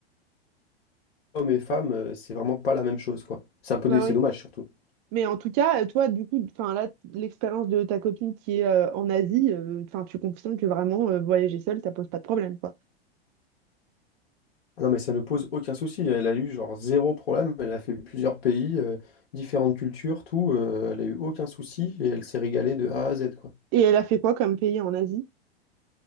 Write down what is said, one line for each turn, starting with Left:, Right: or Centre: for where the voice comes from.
Left: et femme, euh, c'est vraiment pas la même chose, quoi. C'est un peu,
Right: Bah
Left: dé- c'est
Right: ouais.
Left: dommage, surtout.
Right: Mais en tout cas, euh, toi, du coup, enfin là, l'expérience de ta copine qui est euh, en Asie, euh, enfin, tu confirmes que vraiment euh, voyager seule, ça pose pas de problème, quoi.
Left: Ah Non, mais ça ne pose aucun souci. Elle a eu genre zéro problème. Elle a fait plusieurs pays, euh, différentes cultures, tout. euh, elle a eu aucun souci et elle s'est régalée de A à Z, quoi.
Right: Et elle a fait quoi comme pays en Asie?